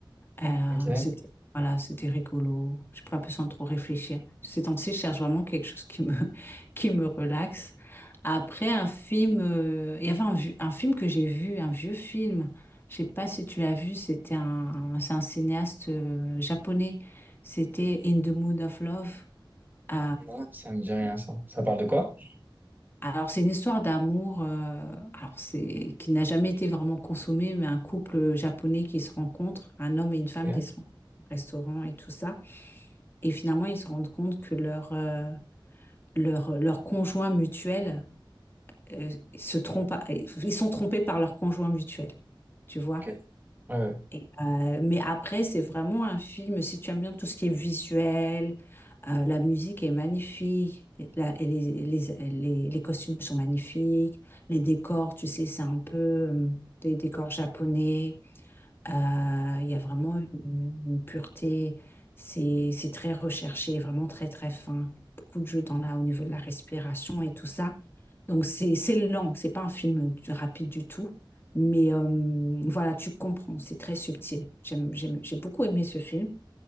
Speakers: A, on the left (about 25°); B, on the right (about 20°).
A: Euh,
B: Ok,
A: c'était voilà, c'était rigolo. Je pas besoin de trop réfléchir. Ces temps-ci, je cherche vraiment quelque chose qui me <laughs> qui me relaxe. Après un film, euh, il y avait un, vu- un film que j'ai vu, un vieux film. Je sais pas si tu l'as vu. C'était un, un- c'est un cinéaste euh, japonais. C'était In the Mood of Love. Euh,
B: non, ça me dit rien, ça. Ça parle de quoi?
A: alors, c'est une histoire d'amour, euh, alors c'est qui n'a jamais été vraiment consommée, mais un couple japonais qui se rencontre, un homme et une
B: Ok,
A: femme qui se rencontrent au restaurant et tout ça. Et finalement, ils se rendent compte que leur, euh, leur, leur conjoint mutuel euh, se trompe, à- ils sont trompés par leur conjoint mutuel, tu vois.
B: ok. Ouais, ouais.
A: Et, euh, mais après, c'est vraiment un film, si tu aimes bien tout ce qui est visuel, euh, la musique est magnifique, la- et les, les, les, les costumes sont magnifiques, les décors, tu sais, c'est un peu euh, des décors japonais. Euh, il y a vraiment une, une pureté, c'est c'est très recherché, vraiment très très fin. Beaucoup de jeux dans la, au niveau de la respiration et tout ça. Donc c'est c'est lent, c'est pas un film du- rapide du tout, mais euh, voilà, tu comprends, c'est très subtil. J'aime, j'aime- j'ai beaucoup aimé ce film.